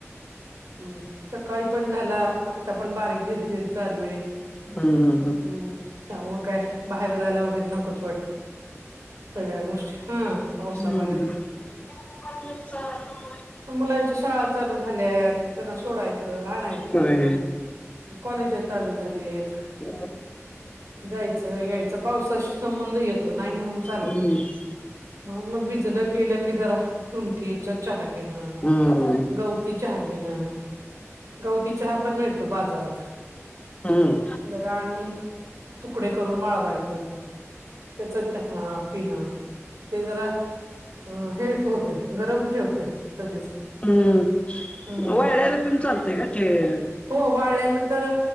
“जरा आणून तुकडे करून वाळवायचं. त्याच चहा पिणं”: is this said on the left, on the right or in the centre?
Right